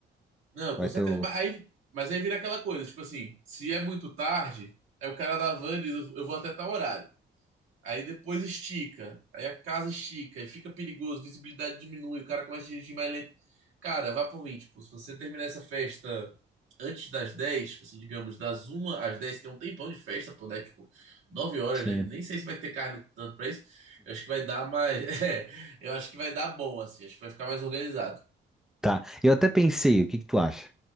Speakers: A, on the right; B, in the centre.
A: não,
B: Vai
A: com certeza,
B: ter o.
A: mas aí, mas aí vira aquela coisa, tipo assim, se é muito tarde, aí o cara da van diz, eu eu vou até tal horário. Aí depois estica. Aí a casa estica. Aí fica perigoso, visibilidade diminui, o cara começa a dirigir mais lento. Cara, vá por mim. Tipo, se você terminar essa festa antes das 10, tipo assim, digamos, das uma às 10, que é um tempão de festa, pô, né? Tipo, nove horas,
B: Sim.
A: né? Nem sei se vai ter carne tanto pra isso. Eu acho que vai dar mais. <laughs> É, eu acho que vai dar bom, assim. Acho que vai ficar mais organizado.
B: Tá. Eu até pensei, o que que tu acha?